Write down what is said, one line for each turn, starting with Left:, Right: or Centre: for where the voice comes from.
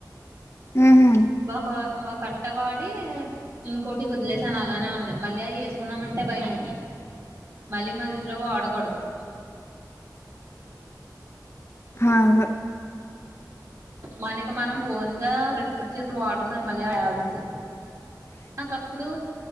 Left: ఉహు
Right: లోపల కట్టవాడి ఇంకోటి వదిలేశాను అలానే ఉన్నాయి మళ్ళీ అయి ఏసుకుందామంటే భైము మళ్ళీ మజిజిలో వాడకూడదు
Left: <inaudible> హావు
Right: మనకి మనం ఓన్ గా రిస్పెక్ట్ చేసినవి వాడకూడదండి మళ్ళీ ఆ టాబ్లెట్స్ నాకప్పుడు